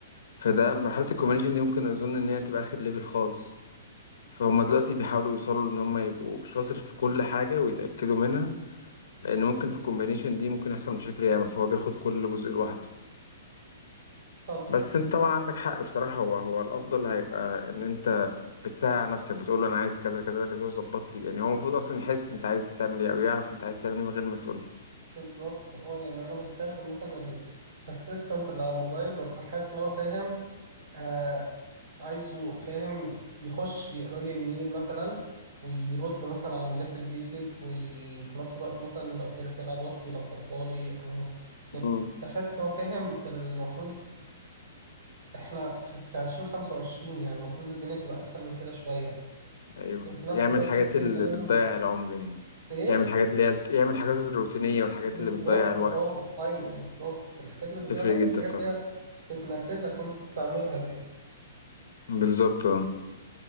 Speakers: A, on the left; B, on the right.
A: فده مرحلة الكومباينيشن دي ممكن أظن إن هي تبقى آخر ليفل خالص فهم دلوقتي بيحاولوا يوصلوا إن هم يبقوا شاطر في كل حاجة ويتأكدوا منها لأن ممكن في الكومباينيشن دي ممكن يحصل مشاكل ياما فهو بياخد كل جزء لوحده
B: طب
A: بس انت طبعا عندك حق بصراحة هو هو الافضل هيبقى ان انت بتساعد على نفسك بتقول له انا عايز كذا كذا كذا وظبط لي يعني هو المفروض اصلا يحس انت عايز تعمل ايه او يعرف انت عايز تعمل ايه من غير ما تقول له
B: بالظبط اه يعني انا بستخدم مثلا الاسيستنت اللي على الموبايل ببقى حاسس ان هو فاهم آه عايزه فاهم يخش يقرا لي الميل مثلا ويرد مثلا على الميلات البيزك وفي نفس الوقت مثلا لو في رسالة على الواتس يلخصها لي يقراها يعني
A: مم.
B: بحس ان هو فاهم المفروض احنا في في عشرين خمسة وعشرين يعني المفروض الدنيا تبقى اسهل من كده شوية
A: ايوه
B: وفي نفس
A: يعمل
B: الوقت
A: الحاجات
B: لسه
A: اللي
B: انت لازم
A: بتضيع العمر يعني
B: ايه
A: يعمل الحاجات اللي هي يعمل الحاجات الروتينية والحاجات
B: بالظبط
A: اللي بتضيع الوقت
B: اه ايوه بالظبط الحاجات اللي بتضايقك
A: تفرق جدا
B: الحاجات
A: طبعا
B: اللي هي بتنرفزك وانت بتعملها دي
A: بالظبط اه.